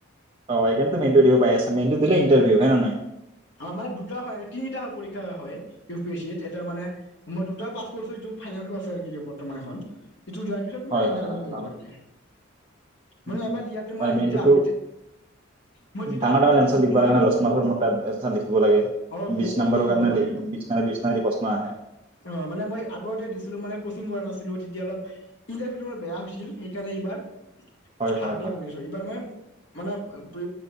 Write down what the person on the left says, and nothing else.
মানে দুটা হয় তিনিটা হয় পৰীক্ষা হয় ইউ পি এছ চত এটা মানে মই দুটা পাছ কৰিছো এইটো। ফাইনেলত আছে বৰ্তমান এখন সটো যোৱাৰ পিছত
মই ইটাৰভিউ
লাগিব।
মানে
এবাৰ ইয়াতে মই
যেতিয়া আগতে। মই যেতিয়া
আগতে
দিছিলো
হা
অ
বহুত
কষ্ট
কৰিব লাগে
অ মানে মই আগতে দিছিলো মানে কচিং কৰা নাছিলো। তেতিয়া অলপ ইণ্টাৰভিউটো অলপ বেয়া হৈছিল সেইকাৰণে এইবাৰ।
ভালকে
কৰি আছো এইবাৰ মই মানে প্ৰ